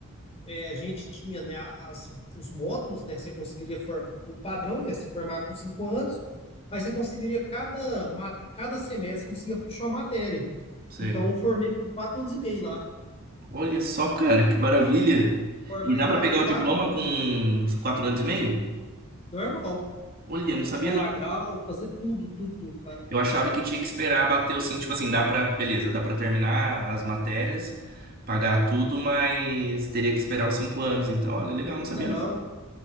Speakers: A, on the left (about 30°); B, on the right (about 45°).
A: é, a gente tinha, né, as, os módulos, né, você conseguiria formar, o padrão, né, se formar com cinco anos, mas você conseguiria, cada, ma- cada semestre, conseguia puxar uma matéria.
B: sei.
A: Então, eu formei com quatro anos e meio lá.
B: Olha só, cara, que maravilha.
A: Formar
B: E dá
A: engenharia
B: pra pegar
A: em quatro,
B: o diploma
A: anos e meio,
B: com quatro anos e meio?
A: normal.
B: Olha, não sabia,
A: colar
B: não.
A: grau, fazer tudo, tudo, tudo, cara.
B: Eu achava que tinha que esperar bater o sim, tipo assim, dá pra, beleza, dá pra terminar as matérias, pagar tudo, mas teria que esperar os cinco anos. Então, olha, legal, não sabia
A: Não,
B: não.